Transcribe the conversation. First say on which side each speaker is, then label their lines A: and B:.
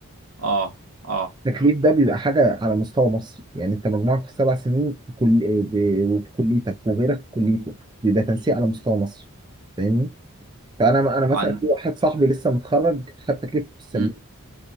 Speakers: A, on the right; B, on the right.
A: اه اه
B: التكليف ده بيبقى حاجة على مستوى مصر يعني انت مجموعك في السبع سنين في كل ب- وفي كليتك وغيرك في كليته بيبقى تنسيق على مستوى مصر فاهمني فانا انا مثلا
A: عن
B: في واحد صاحبي لسه متخرج خد تكليف في السلوم
A: مم.